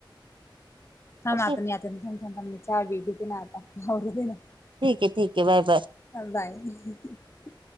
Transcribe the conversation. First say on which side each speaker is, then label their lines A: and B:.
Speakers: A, on the left (about 30°); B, on the right (about 75°).
A: थांब
B: ओके
A: आता मी आता थ थांथ मी चहा बीते ना आता ना हो हो पीना.
B: ठीक आहे ठीक आहे बरं बरं.
A: नंदा आहेत हं हं हं.